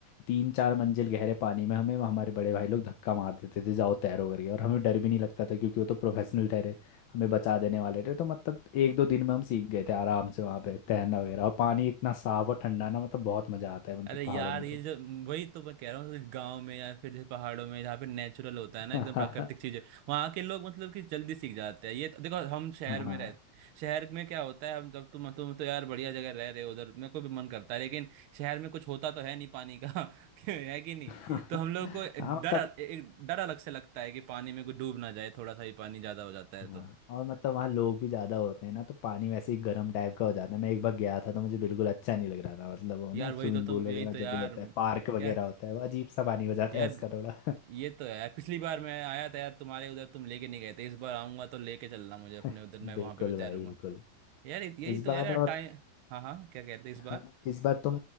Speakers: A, on the left; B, on the right.
A: तीन चार मंजिल गहरे पानी में हमें हमारे बड़े भाई लोग धक्का मार देते थे जाओ तैरो करके और हमें डर भी नहीं लगता था क्योंकि वो तो प्रोफेशनल ठहरे हमें बचा देने वाले थे तो मतलब एक दो दिन में हम सीख गए थे आराम से वहाँ पे तैरना वगैरह और पानी इतना साफ और ठंडा ना मतलब बहुत मज़ा आता है मतलब
B: अरे यार
A: पहाड़ों में
B: ये
A: तो
B: जो वही तो मैं कह रहा हूँ गांव में या फिर जैसे पहाड़ों में जहाँ पे नेचुरल होता है ना
A: <laughs>
B: एकदम प्राकृतिक चीजें वहाँ के लोग मतलब कि जल्दी सीख जाते हैं ये तो- देखो हम शहर
A: हाँ
B: में
A: हाँ
B: रह शहर में क्या होता है हम जब तुम तुम तो यार बढ़िया जगह रह रहे हो उधर मेरे को भी मन करता है लेकिन शहर में कुछ होता तो है नहीं पानी का <laughs> कि- है कि नहीं
A: <laughs>
B: तो हम लोग को
A: हाँ मतलब
B: डर अल- एक डर अलग से लगता है कि पानी में कोई डूब ना जाए थोड़ा सा ही पानी ज्यादा हो जाता है
A: हाँ
B: तो
A: और मतलब वहाँ लोग भी ज्यादा होते हैं ना तो पानी वैसे ही गर्म टाइप का हो जाता है मैं एक बार गया था तो मुझे बिल्कुल अच्छा नहीं लग रहा था मतलब वो ना
B: यार
A: स्विमिंग
B: वही तो तुम
A: पूल
B: यही
A: वगैरह
B: तो यार
A: जब भी होता है पार्क वगैरह
B: यार
A: होता है वो अजीब सा पानी हो जाता
B: यार
A: है उसका थोड़ा
B: ये तो है यार पिछली बार मैं आया था यार तुम्हारे उधर तुम लेके नहीं गए थे इस बार आऊंगा तो लेके चलना मुझे अपने
A: <laughs>
B: उधर मैं वहां
A: बिल्कुल
B: पे भी
A: भाई
B: तैरूंगा
A: बिल्कुल
B: यार ये- यही
A: इस बार
B: तो यार
A: और
B: टाइम हाँ हाँ क्या कहते हैं इस
A: हाँ
B: बार
A: इस बार तुम